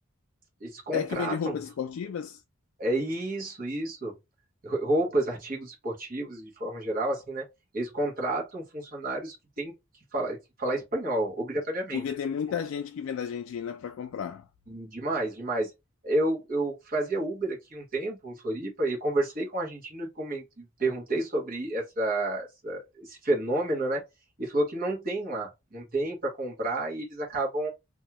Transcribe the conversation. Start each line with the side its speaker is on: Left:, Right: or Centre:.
Right: Eles contratam.
Left: É que vende roupas esportivas?
Right: É isso, isso. Ro- Roupas, artigos esportivos, de forma geral, assim, né? Eles contratam funcionários que têm que falar, que falar espanhol, obrigatoriamente,
Left: Porque tem
Right: assim.
Left: muita
Right: pô,
Left: gente que vem da Argentina para comprar.
Right: Demais, demais. Eu, eu fazia Uber aqui um tempo, em Floripa, e conversei com um argentino e coment- perguntei sobre essa, essa- esse fenômeno, né? E falou que não tem lá, não tem para comprar e eles acabam,